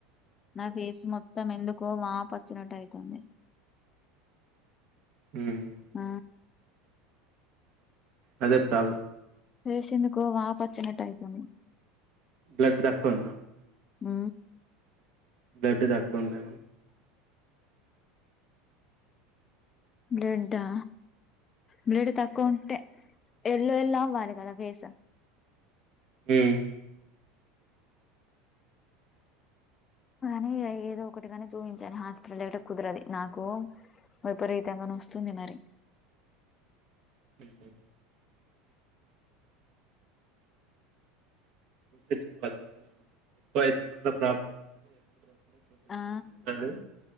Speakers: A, on the left; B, on the right.
A: నా ఫేస్ మొత్తం ఎందుకో వాప వచ్చినట్టు అయితుంది
B: ఉమ్
A: ఆ
B: అదే ప్రాబ్లం
A: ఫేస్ ఎందుకో వాపూ వచ్చినట్టు అయితుంది
B: బ్లడ్ తక్కువ ఉం
A: మ్
B: బ్లెడ్ తక్కువ ఉందేమో
A: బ్లడ్ ఆ బ్లడ్ తక్కువ ఉంటే ఎళ్ళ ఎలా వాళ్లి కదా ఫేస్
B: ఉమ్
A: ని ఏదు ఒకటిగానే చూించాల హాస్పిటల్ కుదరది నాకు విపరీతంగాన వస్తుంది మరి
B: హ ఇప్పించుకోవాలి తొందరలో ఎక్కువ అయితే మళ్ళీ ప్రాబ్లమ్ అవుతుంది ఎప్పుడు చోప్ప
A: ఆ
B: ఏదు